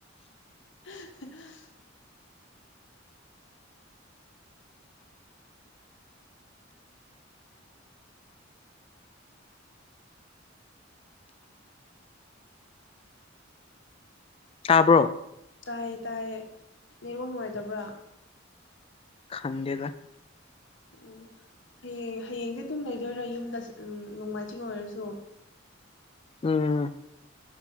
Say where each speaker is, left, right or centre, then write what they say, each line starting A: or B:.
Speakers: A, on the left (about 65°); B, on the left (about 30°).
A: <unintelligible>
B: ꯇꯥꯕ꯭ꯔꯣ
A: ꯇꯥꯏꯌꯦ ꯇꯥꯏꯌꯦ ꯅꯦꯠꯋꯥꯛ ꯅꯨꯡꯉꯥꯏꯇꯕ꯭ꯔꯥ
B: ꯈꯪꯗꯦꯗ
A: ꯑꯣ ꯍꯌꯦꯡ ꯍꯌꯦꯡꯗꯤ ꯑꯗꯨꯝ ꯂꯩꯗꯣꯏꯔꯥ ꯌꯨꯝꯗ ꯎꯝ ꯅꯣꯡꯃꯥꯏꯖꯤꯡ ꯑꯣꯏꯔꯁꯨ
B: ꯎꯝ